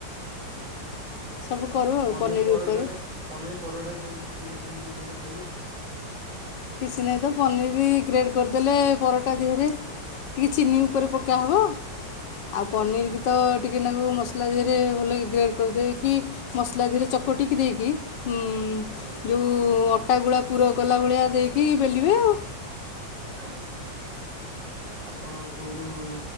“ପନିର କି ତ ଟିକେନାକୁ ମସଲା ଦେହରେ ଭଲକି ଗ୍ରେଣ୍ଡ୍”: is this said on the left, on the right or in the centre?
Left